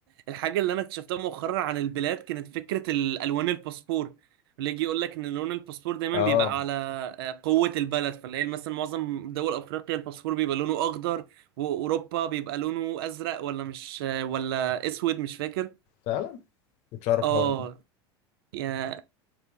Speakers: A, on the right; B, on the left.
A: الحاجه اللي انا اكتشفتها مؤخرا عن البلاد كانت فكره الالوان الباسبور اللي يجي يقول لك ان لون الباسبور دايما
B: اه
A: بيبقى على آه، قوه البلد فاللي هي مثلا معظم دول افريقيا الباسبور بيبقى لونه اخضر واوروبا بيبقى لونه ازرق ولا مش آه، ولا اسود مش فاكر
B: فعلا كنتش أعرف
A: اه
B: الحوار ده
A: يا-